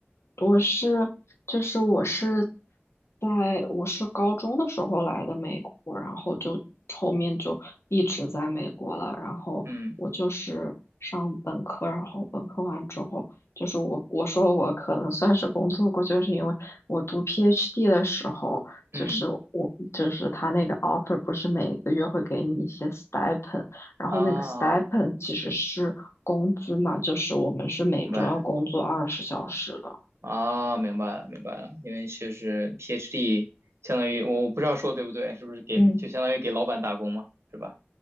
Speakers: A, on the left; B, on the right.
A: 我是，就是我是在我是高中的时候来的美国，然后就后面就一直在美国了。然后我就是上本科，
B: 嗯
A: 然后本科完之后，就是我我说我可能算是工作过，就是因为我读 PhD 的时候，就是我就是他那个
B: 嗯
A: offer 不是每个月会给你一些 stipend，然后那个
B: 啊，
A: stipend 其实是工资嘛，就是我们是每周要工作二十小时的。
B: 明白。啊，明白了，明白了，因为就是 PhD，相当于我不知道说对不对，是不是给就相当于给老板打工嘛，
A: 嗯，
B: 是吧？